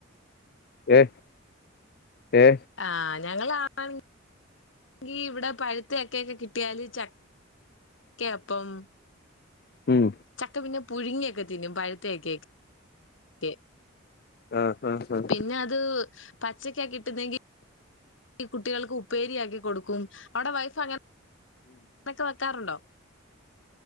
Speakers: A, on the left; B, on the left.
A: ഏ ഏ
B: ആഹ് ഞങ്ങളാണെ ഈ ഇവിടെ പഴുത്ത ചക്കയൊക്കെ കിട്ടിയാല് ചക്കപ്പം
A: ഉം
B: ചക്ക പിന്നെ പുഴുങ്ങിയൊക്കെ തിന്നും പഴുത്തചക്കയൊക്കെ
A: ആ ആ ആ
B: പിന്നെ അത് പച്ചക്കാ കിട്ടുന്നെങ്കി ഈ കുട്ടികൾക്ക് ഉപ്പേരിയാക്കി കൊടുക്കും അവിടെ വൈഫ് അങ്ങനെ ഒക്കെ വെക്കാറുണ്ടോ